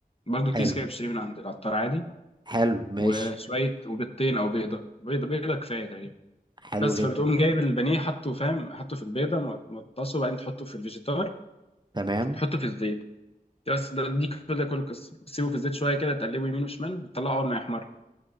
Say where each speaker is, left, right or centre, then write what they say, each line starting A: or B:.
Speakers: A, on the left; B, on the right.
A: برضه
B: حلو
A: كيس كده بتشتريه من عند العطار عادي
B: حلو ماشي
A: وشويه وبيضتين او بيضه بيضه بيضه كفايه تقريبا
B: حلو
A: بس
B: جدا
A: فبتقوم جايب البانيه حطه فاهم حطه في البيضه مغطسه وبعدين تحطه في الفيجيتار
B: تمام
A: وتحطه في الزيت بس ده دي كده كل القصه تسيبه في الزيت شويه كده تقلبه يمين وشمال بتطلعه اول ما يحمر